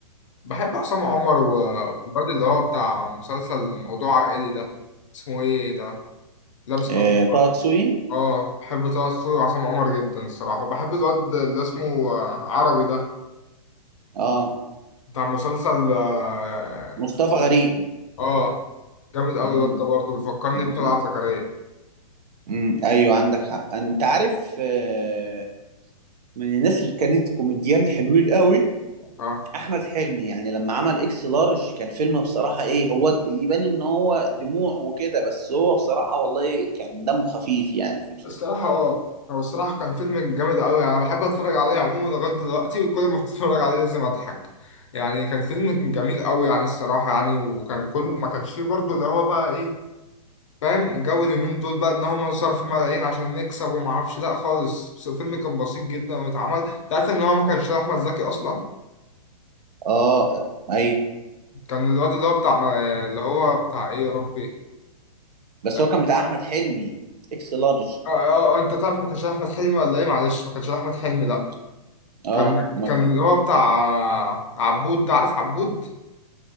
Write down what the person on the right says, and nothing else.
آه،
طه دسوقي
اه
مصطفى غريب
مم.
مم.
مم. ايوه عندك حق انت عارف آه، من الناس اللي كانت كوميديان حلوين قوي
احمد حلمي يعني لما عمل اكس لارج كان فيلم بصراحه ايه هو د- يبان ان هو دموع وكده بس هو بصراحه والله كان دمه خفيف يعني في الفيلم
اه ايوه
بس
هو كان بتاع احمد حلمي اكس لارج
مم. اه
ما
كان